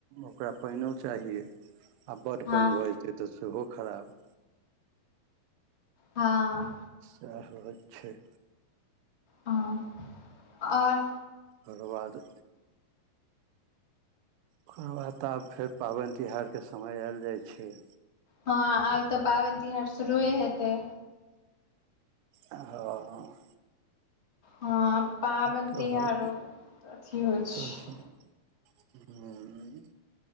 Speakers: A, on the right; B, on the left.
A: ओकरा पैनो चाहीये आ बड
B: हँ
A: पैन भऽ जेतै तऽ सेहो खराब
B: हां
A: सह होय छैय
B: हँ आओर
A: तकर बाद ओकर बाद तऽ आब फेर पाबैन तिहार के समय एल जाय छैय
B: हँ आब तऽ पाबैन तिहार शुरुए हेतै
A: हँ हँ
B: हँ पाबैन
A: तहन
B: तिहार अथि होय छैय
A: तऽ छै हूँ